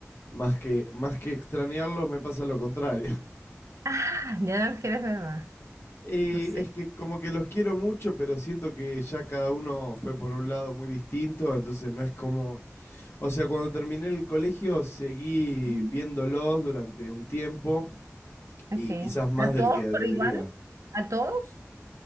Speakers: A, on the left; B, on the right.
A: más que, más que extrañarlos me pasa lo contrario.
B: Ah, ya no los quieres ver más.
A: Y
B: No sé.
A: es que como que los quiero mucho, pero siento que ya cada uno fue por un lado muy distinto, entonces no es como... O sea, cuando terminé el colegio seguí
B: Ujú.
A: viéndolos durante un tiempo
B: Ok.
A: y quizás más
B: ¿A
A: del
B: todos
A: que debería.
B: por igual? ¿A todos?